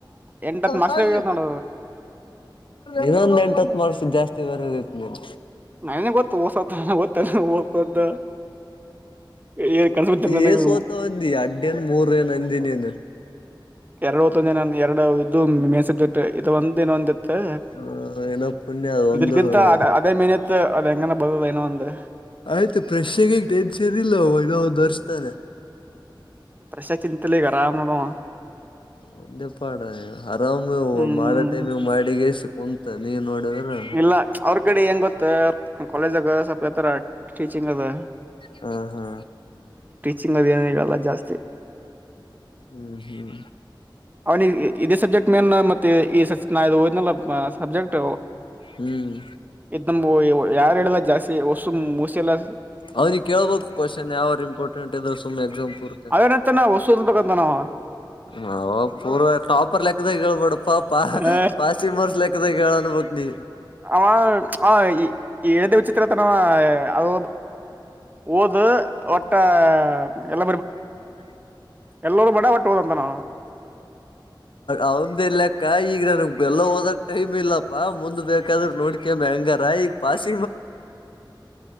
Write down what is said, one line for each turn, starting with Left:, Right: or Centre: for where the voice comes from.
Right: ಎಂಟತ್ ಮಾರ್ಕ್ಸ್ದಾಗ
Left: ಸತ
Right: ನೋಡ
Left: ಇನ್ನೊಂದ ಎಂಟತ್ ಮಾಡ್ಸಿದ್ ಜಾಸ್ತಿ ಬರದಿತ್ತು ನೀನ್
Right: ನನಗೆ ಗೊತ್ತು ಓಸತ್ತ ಗೊತ್ತ ಓಸತ್ತ ಏನ್ ಕನ್ಸಬಿಡ್ತ ನನಗ
Left: ಏ ಸೋತಂದಿ ಅಡ್ ಏನ್ ಮೂರ ಏನ್ ಅಂದ ನೀನ್
Right: ಎರಡು ಹೊತ್ತು ಒಂದ ನ ಎರಡು ಇದು ಮೇನ್ ಸಬ್ಜೆಕ್ಟ್ ಇದು ಒಂದ ಇನೊಂದಿತ್ತು
Left: ಹ ಏನೋ ಪುಣ್ಯ ಅದು ಒಂದೂವರೆವರೆಗೆ.
Right: ಇದ್ರಗಿಂತ ಅದೇ ಮೇನತ್ ಅದ ಹೆಂಗನ ಬರದ ಏನೋ ಒಂದು
Left: ಆಯ್ತು ಪ್ರೆಶ್ಗೆಗ ಟೆನ್ಸ್ ಇರ್ಿಲ್ಲ ಅವಾಗ ತೋರಿಸ್ತಾರೆ
Right: ಪ್ರಸಾ ಚಿಂತಯಿಲ್ಲ ಅರಾಮ ನೋಡ ಅವ
Left: ಅವಂದೆ ಪಾಡ ಆರಾಮ
Right: ಹ್ಮ್
Left: ಮಾಡೋ ಟೈಮ ಮಾಡಿಗೆಸಿ ಕುಂತ ನೀವ್ ನೋಡಿದ್ರ
Right: ಇಲ್ಲ ಅವ್ರ ಕಡೆ ಹೆಂಗ ಗೊತ್ತ ಕಾಲೇಜಗ ಸ್ಪಲ್ಪ ಹೇಳತ್ತಾರ ಟೀಚಿಂಗ ಅದು
Left: ಹ ಹಾ
Right: ಟೀಚಿಂಗ್ ಅದ ಏನ ಹೇಳಲ್ಲ ಜಾಸ್ತಿ
Left: ಹ್ಮ್ ಹ್ಮ
Right: ಅವನಿಗೆ ಇದೇ ಸಬ್ಜೆಕ್ಟ್ ಮೇನ್ ಮತ್ತೆ ಈ ನಾ ಓದಿನಲ್ಲ ಸಬ್ಜೆಕ್ಟ್
Left: ಹ್ಮ್
Right: ನಮಬುವ ಯಾರು ಹೇಳಿಲ್ಲ ಜಾಸ್ತಿ ಹೊಸು ಮೂಸೆಲ್ಲ
Left: ಅವರಿಗ ಕೇಳ್ಬೇಕು ಕ್ವಶನ್ ಯಾವ್ರ ಇಂಪಾರ್ಟೆಂಟ್ ಇದ್ರರು ಸುಮ್ಮ್ನೆ ಎಕ್ಸಾಮ್ ಪೂರ್ತೆ
Right: ಅವೇನಂತ ನಾ ಹೊಸು ಓದ್ಬೇಕಂತ ನಾವ
Left: ಹೌ ಪೂರ್ ಟಾಪರ್ ಲೆಕ್ದಾಗ ಹೇಳ್ಬೇಡಪ್ಪಾ ಪ
Right: ಆ
Left: ಪಾಸಿಂಗ ಮಾರ್ಸ್ ಲೆಕ್ಕದಾಗ ಹೇಳ ಅನ್ಬಕ್ ನೀ
Right: ಅವ ಅವ ಈ ಎಳದ ವಿಚಿತ್ರ ತನ ಅವ ಓದು ಒಟ್ಟ ಎಲ್ಲ
Left: <unintelligible>
Right: ಎಲ್ಲರೂ ಬಡ ಒಟ್ಟು ಹೋದಂತನ
Left: ಅವಂದ ಏನ್ ಲೇಕ್ಕ ಈಗ ನನಗ್ ಎಲ್ಲ ಓದಕ್ ಟೈಮ್ ಇಲ್ಲ ಬಾ ಮುಂದ್ ಬೇಕಾದ್ರರು ನೋಡ್ಕಮ್ಮ ಹೆಂಗಾರ ಈಗ ಪಾಸ್